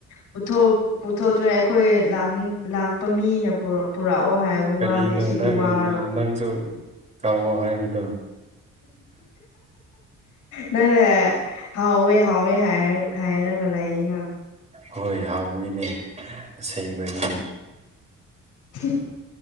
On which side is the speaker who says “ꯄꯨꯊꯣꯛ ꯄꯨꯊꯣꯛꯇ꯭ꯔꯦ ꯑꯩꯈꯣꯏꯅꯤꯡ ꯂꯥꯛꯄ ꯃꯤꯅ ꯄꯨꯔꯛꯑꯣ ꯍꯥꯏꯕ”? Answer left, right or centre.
Left